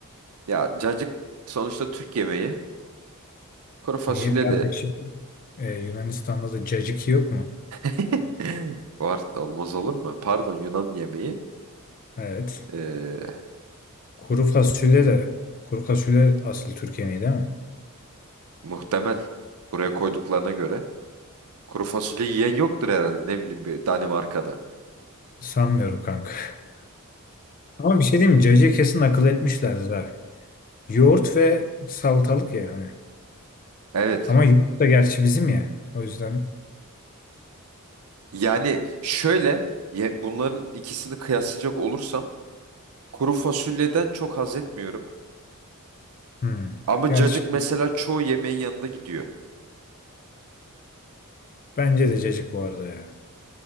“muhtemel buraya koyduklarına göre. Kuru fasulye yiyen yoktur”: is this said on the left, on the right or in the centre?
Right